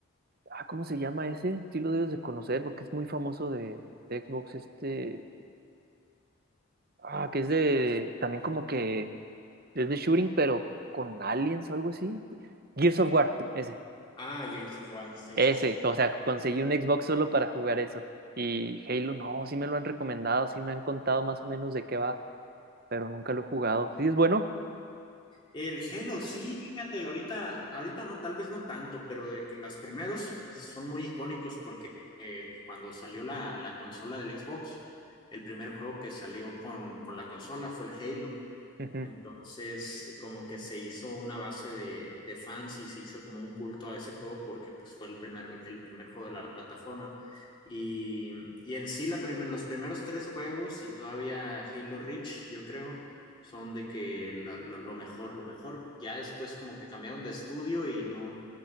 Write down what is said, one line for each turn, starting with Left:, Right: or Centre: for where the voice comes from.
Right: Ah, ¿cómo se llama ese? Sí lo debes de conocer porque es muy famoso de, de Xbox este... Ah, que es de... También como que Es de shooting, pero con aliens o algo así. Gears of War, ese.
Left: Ah, Gears of War, sí,
Right: Ese,
Left: sí, sí.
Right: o sea, conseguí un Xbox solo para jugar eso. Y Halo, no, sí me lo han recomendado, sí me han contado más o menos de qué va, pero nunca lo he jugado. Sí, es bueno.
Left: El Halo, sí, fíjate, ahorita, ahorita no, tal vez no tanto, pero de que los primeros pues, son muy icónicos porque eh, cuando salió la, la consola del Xbox, el primer juego que salió con, con la consola fue el Halo.
Right: Ujú.
Left: Entonces, como que se hizo una base de, de fans y se hizo como un culto a ese juego porque pues fue el primer, el primer juego de la plataforma. Y, y en sí la prim- los primeros tres juegos y todavía Halo Reach, yo creo, son de que la- lo, lo mejor, lo mejor. Ya después como que cambiaron de estudio y no,